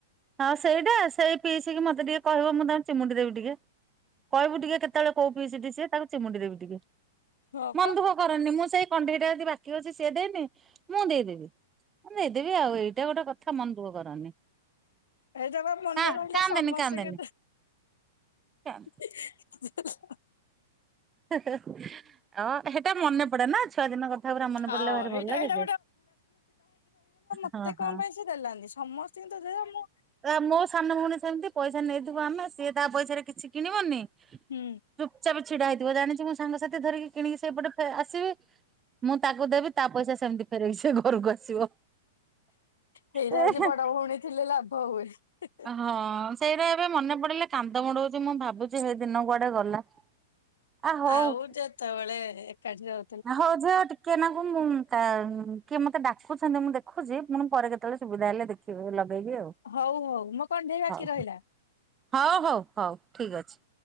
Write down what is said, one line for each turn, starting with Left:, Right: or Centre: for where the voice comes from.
Right: ହଁ ସେଇଟା ସେଇ ପିଇସିକି ମତେ ଟିକେ କହିବ ମୁଁ ତା ଚିମୁଡି ଦେବି ଟିକେ କହିବୁ ଟିକେ କେତେବେଳେ କୋଉ ପିଇସୀ ଟି ସେଠିଏ ତାକୁ ଚିମୁଡି ଦେବି ଟିକେ
Left: ହଁ
Right: ମନ
Left: ପା
Right: ଦୁଃଖ କରନି ମୁଁ ସେଇ କଣ୍ଢେଇ ଟା ଆଜି ବା କି ଅଛି ସିଏ ଦେଇନି ମୁଁ ଦେଇଦେବି ମୁଁ ଦେଇଦେବି ଆଉ ଏଇଟା ଗୋଟେ କଥ ମନ ଦୁଃଖ କରିନି
Left: ହେଇଟା ବା ମନେ
Right: କା
Left: ରହିଲା
Right: କାନ୍ଦେନି
Left: ସମସ୍ତଙ୍କୁ
Right: କାନ୍ଦେନି। ଚାଲ।
Left: ଦିକ୍ସ <unintelligible> ହ <unintelligible>
Right: ହେ ହେ ଅ ହେଟା ମନେ ପଡେ ନା ଛୁଆ ଦିନ କଥା ପୁରା ମନେ
Left: ହଁ
Right: ପଡିଲେ ଭାରି
Left: ହେଇଟା
Right: ଭଲ ଲାଗେ
Left: ଏଇଟା
Right: ଯେ।
Left: ତତେ
Right: ହଁ
Left: କଣ
Right: ହଁ
Left: ପାଇଁ ସେ ଦେଲାନି ସମସ୍ତଙ୍କୁ ତ ଦେଲା ମ
Right: ତା ମୋ ସାନ ଭଉଣୀ ସେମିତି ପଇସା ନେଇଥିବ ଆମେ ସିଏ ତା ପଇସାରେ କିଛି କିଣିବନି।
Left: ହୁଁ
Right: ଚୁପଚାପ ଛିଡା ହେଇଥିବ ଜାଣିଛି ମୁଁ ସାଙ୍ଗସାଥି ଧରିକି କିଣିକି ଫେ ସେଇପଟେ ଫେ ଆସିବି। ମୁଁ ତାକୁ ଦେବି ତା ପଇସା ସେମିତି ଫେରେଇକିସେ ଘରକୁ ଆସିବ
Left: ହେଇଟା
Right: ହେ
Left: ହଉଛି
Right: ଏହେ
Left: ବଡ ଭଉଣୀ ଥିଲେ ଲାଭ ହୁଏ ହେ ହେ
Right: ହଁ--ସେଇରା ଏବେ ମନେ ପଡିଲେ କାନ୍ଦ ମୋଡଉଛି ମୁଁ ଭାବୁଛି ସେଇ ଦିନ କୁଆଡେ ଗଲା। ଆ ହଉ
Left: ଆଉ ଯେତେବେଳେ ଏକାଠି ର
Right: ହଉ ଯା ଟି କିଏ ନାକୁ ମୁଁ କିଏ ମତେ ଡାକୁଛନ୍ତି ମୁଁ ଦେଖୁଛି ମାନେ ପରେ କେତେବେଳେ ସୁବିଧା ହେଲେ ଦେଖି <unintelligible> ଲଗେଇବି ଆଉ
Left: ହଉ ହଉ ମୋ କଣ୍ଢେଇ ବାକି
Right: ହଉ
Left: ରହିଲା।
Right: ହ--ଉ ହଉ ହଉ ଠିକ୍ ଅଛି।